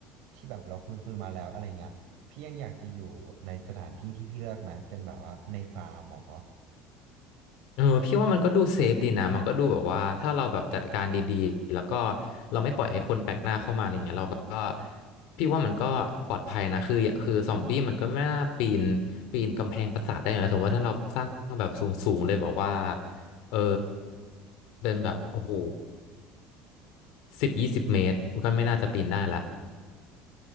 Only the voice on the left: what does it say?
เออพี่ว่ามันก็ดูเซฟดีนะมันก็ดูแบบว่าถ้าเราแบบจัดการดีๆแล้วก็เราไม่ปล่อยให้คนแปลกหน้าเข้ามาอะไรเงี้ยเราก็พี่ว่ามันก็ปลอดภัยนะคือคือซอมบี้มันก็ไม่น่าปีนปีนกำแพงปราสาทได้นะสมมติว่าถ้าเราสร้างแบบสูงๆเลยแบบว่าเออเป็นแบบโอ้โหสิบยี่สิบเมตรมันก็ไม่น่าจะปีนได้ละ